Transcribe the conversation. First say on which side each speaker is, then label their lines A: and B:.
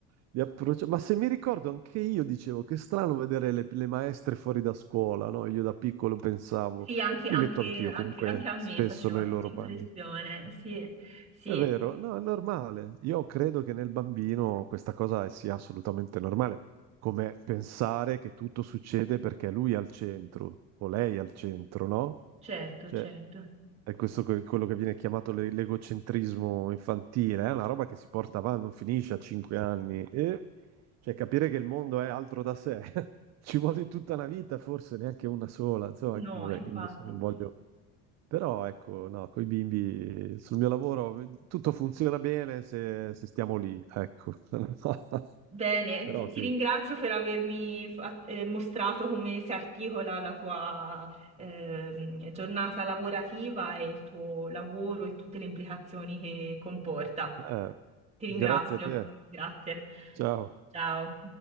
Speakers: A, on the right (about 50°); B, on the right (about 20°).
A: di approccia- Ma se mi ricordo, anche io dicevo che è strano vedere le, le maestre fuori da scuola, no? Io da piccolo pensavo,
B: Sì, anche,
A: mi
B: anche-
A: metto anch'io
B: anche-
A: comunque
B: anche a me
A: spesso
B: faceva
A: nei
B: questa
A: loro
B: impressione.
A: panni.
B: Sì, sì,
A: È vero, no, è normale. Io credo che nel bambino questa cosa sia assolutamente normale, come pensare che tutto succede perché lui è al centro o lei è al centro, no?
B: certo,
A: Cioè,
B: certo.
A: è questo que- quello che viene chiamato le- l'egocentrismo infantile, è una roba che si porta avanti, non finisce a cinque anni. E cioè, capire che il mondo è altro da sé <laughs> ci vuole tutta una vita, forse neanche una sola. Insomma,
B: No,
A: vabbè,
B: infatti.
A: adesso non voglio. Però ecco, no, con i bimbi sul mio lavoro tutto funziona bene se, se stiamo lì, ecco. <laughs>
B: Bene,
A: Però
B: ti,
A: sì,
B: ti ringrazio per avermi fa- eh, mostrato come si articola la tua ehm, giornata lavorativa e il tuo lavoro e tutte le implicazioni che comporta.
A: Eh,
B: Ti ringrazio.
A: grazie a te.
B: Grazie.
A: Ciao.
B: Ciao.